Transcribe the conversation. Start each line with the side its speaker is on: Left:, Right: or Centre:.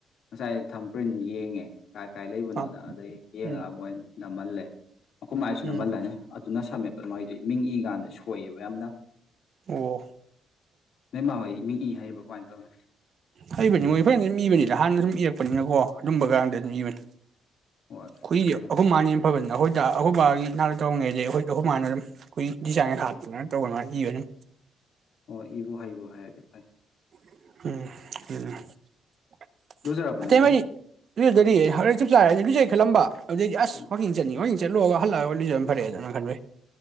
Left: ꯉꯁꯥꯏ ꯊꯝꯄ꯭ꯔꯤꯟ ꯌꯦꯡꯉꯦ꯫ ꯀꯥꯏ ꯀꯥꯏ ꯂꯩꯕꯅꯣꯅ
Right: ꯑ
Left: ꯑꯗꯨꯗꯩ ꯌꯦꯡꯉꯒ
Right: ꯎꯝ
Left: ꯃꯣꯏ ꯅꯝꯃꯜꯂꯦ꯫ ꯑꯩꯈꯣꯏ ꯃꯥꯏꯁꯨ
Right: ꯎꯝ
Left: ꯅꯝꯃꯜꯂꯅꯤ ꯑꯗꯨꯅ ꯁꯝꯃꯦ꯫ ꯃꯥꯏꯗꯣ ꯃꯤꯡ ꯏꯔꯀꯥꯟꯗ ꯁꯣꯏꯑꯕ ꯌꯥꯝꯅ꯫
Right: ꯑꯣ
Left: ꯅꯣꯏ ꯃꯥ ꯍꯣꯏ ꯃꯤ ꯏ ꯍꯩꯕꯣ ꯀꯃꯥꯏ ꯇꯧꯋꯦ꯫
Right: ꯍꯩꯕꯅꯤ ꯃꯣꯏ ꯐꯖꯅ ꯑꯗꯨꯝ ꯏꯕꯅꯤꯗ ꯍꯥꯟꯅ ꯁꯨꯝ ꯏꯔꯛꯄꯅꯤꯅꯀꯣ꯫ ꯑꯗꯨꯝꯕꯀꯥꯟꯗ ꯑꯗꯨꯝ ꯏꯕꯅꯤ
Left: ꯍꯣꯏ
Right: ꯈꯨꯏꯗꯤ
Left: ꯑꯗꯨꯕꯨꯗꯤ
Right: ꯑꯈꯣꯏ ꯃꯥꯅ ꯍꯦꯟꯅ ꯐꯕꯅꯤ꯫ ꯑꯩꯈꯣꯏꯗ ꯑꯈꯣꯏ ꯕꯥꯒꯤ ꯅꯥ ꯇꯧꯔꯤꯉꯩꯗꯤ ꯑꯩꯈꯣꯏꯗꯤ ꯑꯈꯣꯏ ꯃꯥꯅ ꯑꯗꯨꯝ ꯑꯩꯈꯣꯏ ꯗꯤꯖꯥꯏꯟꯒ ꯍꯥꯞꯇꯅ ꯇꯧꯕ ꯑꯗꯨꯃꯥꯏꯅ ꯏꯕꯅꯤ ꯑꯗꯨꯝ꯫
Left: ꯑꯣ ꯏꯕꯣꯍꯩꯕꯨ ꯍꯩꯔꯗꯤ ꯐꯩ꯫
Right: ꯎꯝ <unintelligible>
Left: ꯂꯨꯖꯔꯕꯣ ꯅꯪꯕꯨ
Right: <unintelligible> <unintelligible> ꯈꯜꯂꯝꯕ꯫ ꯑꯗꯩꯗꯤ ꯑꯁ
Left: ꯎꯝ
Right: ꯄꯪꯏꯪ ꯏꯪꯖꯜꯂꯤ ꯄꯪꯏꯪ ꯏꯪꯖꯜꯂꯤ꯫ ꯆꯠꯂꯣꯑꯒ ꯍꯜꯂꯛꯑꯒ ꯂꯤꯖꯕꯅ ꯐꯔꯦ ꯑꯗꯨꯅ ꯈꯟꯕꯩ꯫